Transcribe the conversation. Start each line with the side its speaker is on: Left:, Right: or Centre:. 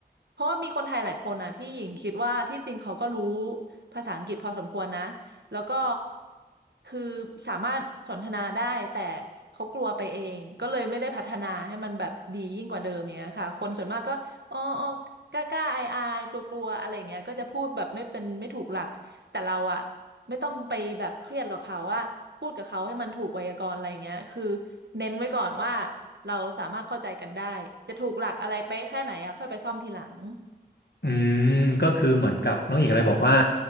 Right: เพราะว่ามีคนไทยหลายคนนะที่หญิงคิดว่าที่จริงเขาก็รู้ภาษาอังกฤษพอสมควรนะแล้วก็คือสามารถสนทนาได้แต่เขากลัวไปเองก็เลยไม่ได้พัฒนาให้มันแบบดียิ่งกว่าเดิมอย่างเงี้ยค่ะคนส่วนมากก็อ๋ออ๋อกล้ากล้าอายอายกลัวกลัวๆอะไรอย่างเงี้ยก็จะพูดแบบไม่เป็นไม่ถูกหลักแต่เราอะไม่ต้องไปแบบเครียดหรอกค่ะว่าพูดกับเขาให้มันถูกไวยากรณ์อะไรอย่างเงี้ยคือ เน้นไว้ก่อนว่าเราสามารถเข้าใจกันได้จะถูกหลักอะไรเป๊ะแค่ไหนอ่ะค่อยไปซ่อมทีหลัง
Left: อืมก็คือเหมือนกับน้องหญิงอะไรบอกว่า